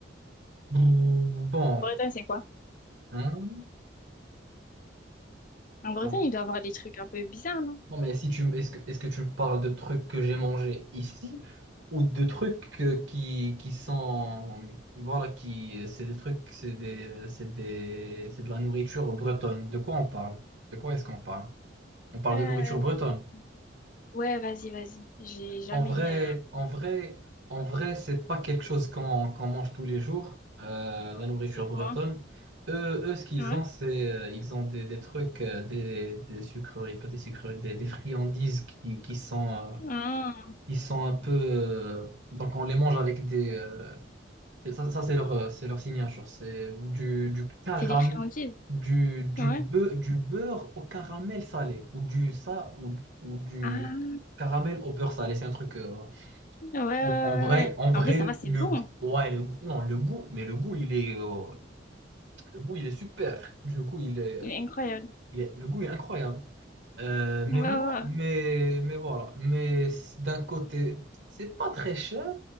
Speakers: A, on the right; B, on the left.
A: Bon,
B: Bretagne, c'est quoi?
A: hein?
B: En Bretagne,
A: Non,
B: il doit y avoir des trucs un peu bizarres, non?
A: Non, mais si tu, est-ce que, est-ce que tu me parles de trucs que j'ai mangés ici ou de trucs euh, qui, qui sont, voilà, qui, c'est des trucs, c'est des, c'est des, c'est de la nourriture bretonne. De quoi on parle? De quoi est-ce qu'on parle? On parle
B: Euh,
A: de nourriture bretonne.
B: Ouais, vas-y, vas-y. J'ai jamais.
A: En vrai, en vrai, en vrai, c'est pas quelque chose qu'on qu'on mange tous les jours, euh, la nourriture
B: C'est quoi?
A: bretonne. Eux, eux, ce qu'ils
B: Ouais.
A: ont, c'est euh, ils ont des, des trucs, euh, des, des sucreries, pas des sucreries, des, des friandises qui, qui sont, euh,
B: Ah,
A: qui sont un peu. euh, donc on les mange avec des. euh, c'est- ça, ça, c'est leur, euh, c'est leur signature. C'est du, du caram,
B: c'est des friandises.
A: du, du,
B: Ouais.
A: beu- du beurre au caramel salé, ou du ça, ou, ou du
B: Ah,
A: caramel au beurre salé. C'est un truc. euh,
B: ouais, ouais, ouais,
A: en, en vrai,
B: ouais.
A: en vrai,
B: En vrai, ça va, c'est
A: le
B: bon.
A: goût, ouais, le goût, non, le goût, mais le goût, il est, euh, le goût, il est super. Le goût, il est,
B: Il est incroyable.
A: il est- le goût, il est incroyable. Euh, mais
B: Ouais,
A: moi,
B: ouais.
A: mais, mais voilà. Mais c- d'un côté, c'est pas très cher.